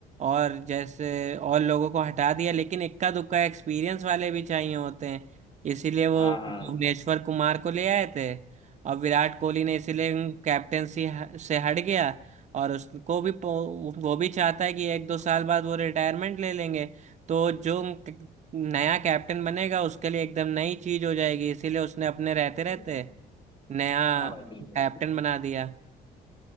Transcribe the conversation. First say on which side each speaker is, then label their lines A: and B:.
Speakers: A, on the right; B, on the left.
A: और जैसे और लोगों को हटा दिया लेकिन इक्का दुक्का एक्सपीरियंस वाले भी चाहिए होते हैं इसीलिए वो
B: हाँ हाँ
A: भुवनेश्वर कुमार को ले आए थे और विराट कोहली ने इसीलिए कैप्टेंसी से हट गया और उसको भी वो भी चाहता है कि एक दो साल बाद वो रिटायरमेंट ले लेंगे तो जो क- नया कैप्टन बनेगा उसके लिए एकदम नई चीज हो जाएगी इसीलिए उसने अपने रहते
B: हाँ
A: रहते नया
B: भाई बिल्कुल
A: कैप्टन बना दिया